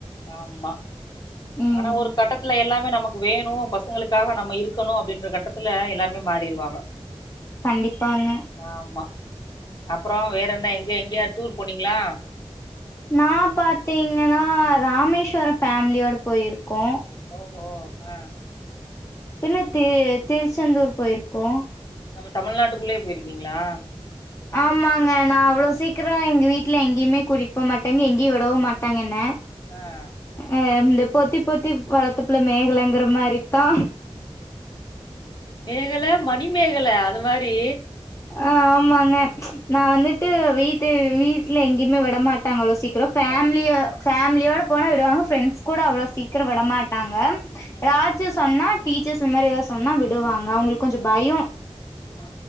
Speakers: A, on the left; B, on the left.
A: ஆமா
B: ம்
A: ஆனா ஒரு கட்டத்துல எல்லாமே நமக் வேணும் பசங்களுக்காக நம்ம இருக்கணும் அப்டின்ற கட்டத்துல எல்லாமே மாறிருவாங்க
B: கண்டிப்பாங்க
A: ஆமா அப்றோ வேற என்ன எங்க எங்கயா டூர் போனீங்களா
B: நா பாத்தீங்கன்னா ராமேஸ்வர ஃபேமிலியோட போயிருக்கோ
A: ஓஹோ ஆ
B: பின்ன தி திருச்செந்தூர் போயிருக்கோ
A: நம்ம தமிழ்நாட்டுக்குள்ளயே போயிருக்கீங்களா
B: ஆமாங்க நா அவ்ளோ
A: ஆ
B: சீக்ரோ எங்க வீட்ல எங்கயுமே கூட்டிட்டு போ மாட்டாங்க எங்கயு விடவு மாட்டாங்க என்ன
A: அ
B: அ இந்த பொத்தி பொத்தி வளர்த்தப்புள்ள மேகலங்கற மாரித்தா
A: ம் மேகல மணிமேகல அது மாரி
B: ஆ ஆமாங்க
A: ம்
B: நா வந்துட்டு வீட்டு வீட்ல எங்கயமே விட மாட்டாங்க அவ்ள சீக் ரோ ஃபேமிலியோ
A: ஆ
B: ஃபேமியோட போனா விடுவாங்க ஃப்ரெண்ட்ஸ் கூட அவ்ளோ சீக்கிரோ விடமாட்டாங்க
A: ம்
B: ஏதாச்சு சொன்னா டீச்சர்ஸ் இந்த மாரி ஏதாது சொன்னா விடுவாங்க அவங்களுக்கு கொஞ்சோ பயயோ
A: ஆ